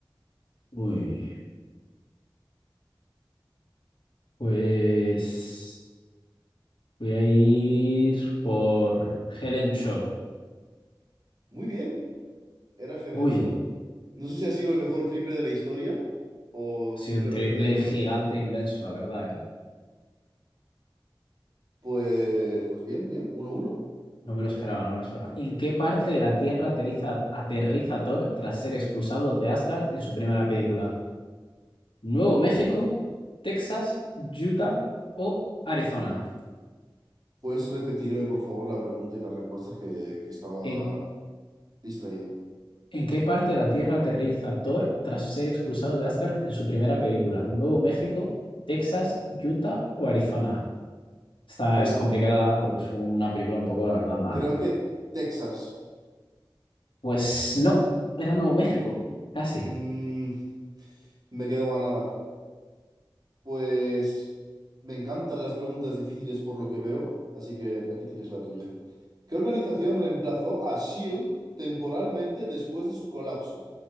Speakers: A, on the left; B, on the right.
A: Uy, pues voy a ir por Helen Cho.
B: Muy bien, era Helen
A: Uy,
B: Cho. No sé si ha sido el mejor triple de la historia o
A: ha
B: simplemente,
A: sido un triple gigante inmenso, la verdad, ¿eh?
B: pues, pues bien, bien, uno uno.
A: No
B: Muy
A: me lo esperaba, no me lo esperaba. ¿En qué parte de la Tierra aterriza, aterriza Thor tras ser expulsado de Asgard en su primera película? ¿Nuevo México, Texas, Utah o Arizona?
B: ¿Puedes repetirme, por favor, la pregunta y las respuestas que, que estaba
A: ¿En
B: distraído?
A: ¿En qué parte de la Tierra aterriza Thor tras ser expulsado de Asgard en su primera película? ¿Nuevo México, Texas, Utah o Arizona? Esta
B: Cre-
A: es complicada porque es una película un poco, la verdad, mala.
B: creo que Texas.
A: Pues no, era Nuevo México, casi.
B: Mm, me quedo a nada. Pues me encantan las preguntas difíciles por lo que veo, así que aquí tienes la tuya. ¿Qué organización reemplazó a SHIELD temporalmente después de su colapso?